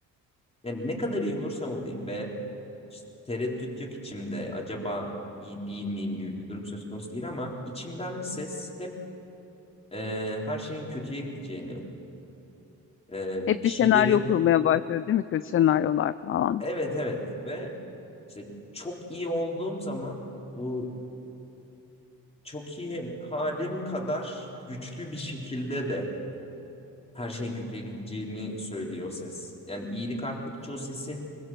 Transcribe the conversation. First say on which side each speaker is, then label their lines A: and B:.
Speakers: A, on the left; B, on the left.
A: yani ne kadar iyi olursam olayım ve işte tereddüt yok içimde. Acaba iyi değil miyim gibi bir durum söz konusu değil ama içimden bir ses hep e, her şeyin kötüye gideceğini, e,
B: Hep
A: bir
B: bir
A: şeylerin
B: senaryo kurmaya başlıyor değil mi? Kötü senaryolar falan.
A: Evet evet ve işte çok iyi olduğum zaman bu çok iyi halim kadar güçlü bir şekilde de her şeyin kötüye gideceğini söylüyor o ses. Yani iyilik arttıkça o sesin